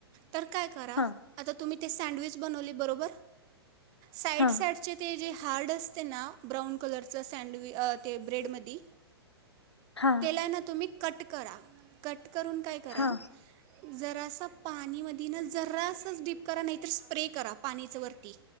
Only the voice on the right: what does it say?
तर काय करा
आता तुम्ही ते सँडविच बनवली बरोबर. साईड
साईडचे ते जे हार्ड असते ना ब्राऊन कलरचं सँडवि ते ब्रेडमध्ये
तेल तुम्ही कट करा कट. करून काय करा.
जरासा पाणी मध ना जरासच डडीप करा नाहीतर स्प्रे करा पाणीच वरती